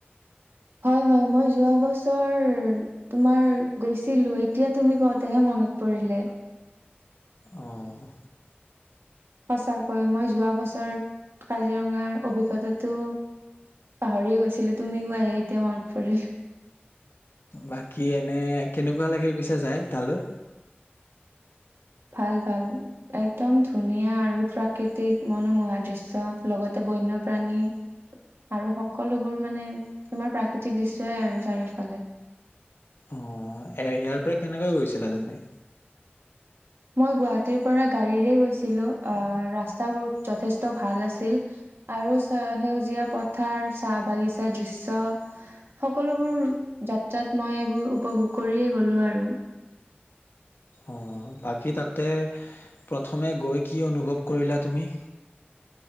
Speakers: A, on the right; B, on the left.
A: হয় হয়, মই যোৱা বছৰ তোমাৰ গৈছিলো, এতিয়া তুমি কওঁতেহে মনত পৰিলে।
B: অঁ।
A: সঁচাকৈ মই যোৱা বছৰত কাজিৰঙাৰ অভিজ্ঞতাটো পাহৰিয়ে গৈছিলো, তুমি কোৱাহে এতিয়া মনত পৰিল।
B: বাকী এনে কেনেকুৱা লাগিল পিছে যায় তালৈ?
A: ভাল ভাল। একদম ধুনীয়া আৰু প্ৰাকৃতিক মনোমোহা দৃশ্য লগতে বন্যপ্ৰাণী। আৰু সকলোবোৰ মানে তোমাৰ প্ৰাকৃতিক দৃশ্যয়ই আৰু চাৰিওফালে।।
B: অ' এ ইয়াৰ পৰা কেনেকৈ গৈছিলা তুমি?
A: মই গুৱাহাটীৰ পৰা গাড়ীৰে গৈছিলো, আ' ৰাস্তাবোৰ যথেষ্ট ভাল আছিল। আৰু চ সেউজীয়া পথাৰ, চাহ বাগিচা দৃশ্য। সকলোবোৰ যাত্ৰাত মই এইবোৰ উপভোগ কৰিয়ে গ'লো আৰু।
B: অ' বাকী তাতে প্ৰথমে গৈ কি অনুভৱ কৰিলা তুমি?